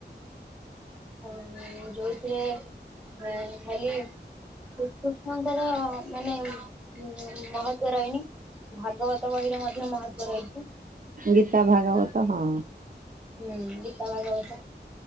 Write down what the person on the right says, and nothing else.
ଗୀତା ଭାଗବତ ହଁ।